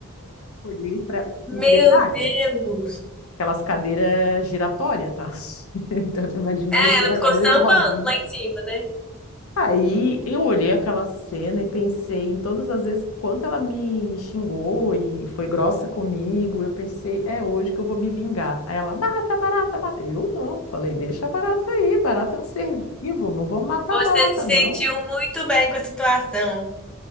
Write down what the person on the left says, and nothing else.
Olhei para.
Detalhe,
Aquelas cadeiras giratórias, tá? <laughs> Então, tu imagina
ela em cima
da
cadeira
de rodinha.
Aí eu olhei aquela cena e pensei em todas as vezes quanto ela me, me xingou e foi grossa comigo. Eu pensei, é hoje que eu vou me vingar. Aí ela, barata, barata, barata. Eu não, falei, deixa a barata aí, barata é um ser vivo, não vou matar
a barata,
não.